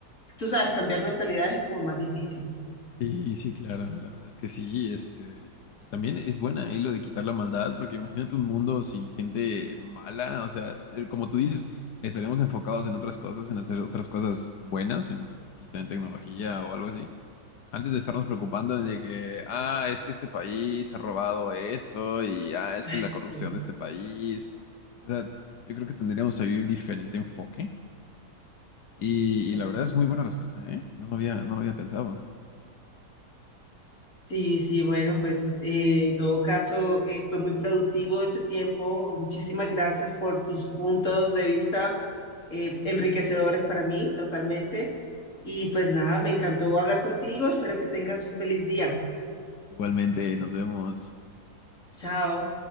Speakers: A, on the left; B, on the left.
A: tú sabes, cambiar mentalidades es como más difícil.
B: Sí, sí, claro, la verdad es que sí, este, y también es buena ahí lo de quitar la maldad, porque imagínate un mundo sin gente mala, o sea, eh, como tú dices, estaríamos enfocados en otras cosas, en hacer otras cosas buenas, en quizá en tecnología o algo así, antes de estarnos preocupando de que, ah, es que este país ha robado esto y ah, es
A: Ay,
B: que la
A: sí,
B: corrupción de este país, o sea, yo creo que tendríamos ahí un diferente enfoque y,
A: total.
B: y la verdad es muy buena respuesta, ¿eh? No lo había, no lo había pensado.
A: Sí, sí, bueno, pues eh, en todo caso eh, fue muy productivo este tiempo. Muchísimas gracias por tus puntos de vista eh, enriquecedores para mí, totalmente. Y pues nada, me encantó hablar contigo. Espero que tengas un feliz día.
B: Igualmente, nos vemos.
A: Chao.